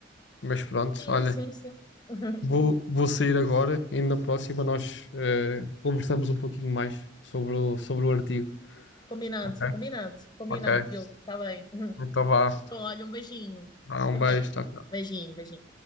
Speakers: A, on the left; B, on the left.
A: Mas pronto,
B: Sim,
A: olha,
B: sim, sim. <laughs>
A: vou, vou sair agora e na próxima nós eh, conversamos um pouquinho mais sobre o, sobre o artigo.
B: Combinado,
A: Ok,
B: combinado, combinado,
A: ok.
B: Diogo. Está bem. <laughs>
A: Então vá.
B: Então, olha, um beijinho.
A: Vá,
B: Fica
A: um beijo.
B: bem.
A: Tchau, tchau.
B: Beijinho, beijinho.